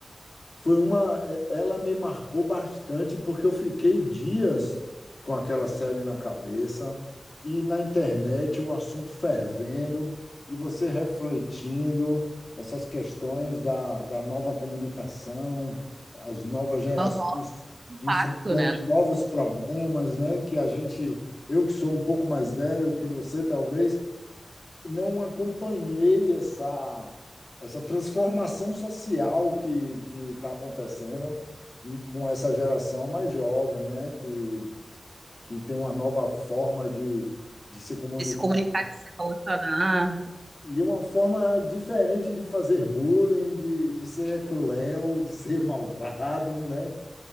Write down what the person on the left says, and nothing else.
Foi uma, eh, ela me marcou bastante porque eu fiquei dias com aquela série na cabeça e na internet o assunto fervendo e você refletindo essas questões da, da nova comunicação, as novas gerações
enfrentando
novos problemas, né? Que a gente, eu que sou um pouco mais velho que você, talvez, não acompanhei essa, essa transformação social que que está acontecendo com essa geração mais jovem, né? Que, que tem uma nova forma de, de se comunicar
e uma forma diferente de fazer bullying, de, de ser cruel, de ser malvado, né?